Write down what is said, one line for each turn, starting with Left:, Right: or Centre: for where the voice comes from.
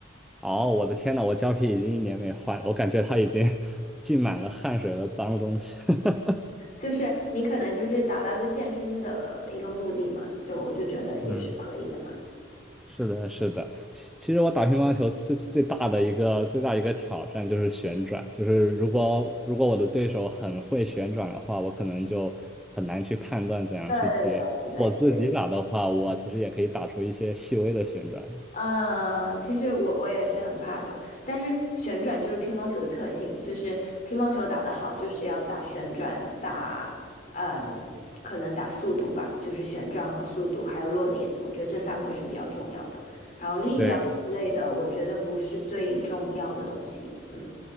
Centre: 哦，我的天呐，我胶皮已经一年没换了，我感觉它已经 <laughs> 浸满了汗水和脏东西。<laughs>
Left: 就是你可能就是达到一个健身的一个目的嘛，就我就觉得也是可以的嘛。
Centre: 嗯是的，是的。其其实我打乒乓球最最大的一个最大一个挑战就是旋转，就是如果如果我的对手很会旋转的话，我可能就很难去判断怎样去接。
Left: 对对对对对。
Centre: 我自己打的话，我其实也可以打出一些细微的旋转。
Left: 嗯，其实我我也是很怕的，但是旋转就是乒乓球的特性，就是乒乓球打得好，就是要打旋转，打嗯，可能打速度吧，就是旋转和速度，还有落点，我觉得这三个是比较重要的。然后力量之类的，
Centre: 对，
Left: 我觉得不是最重要的东西。嗯，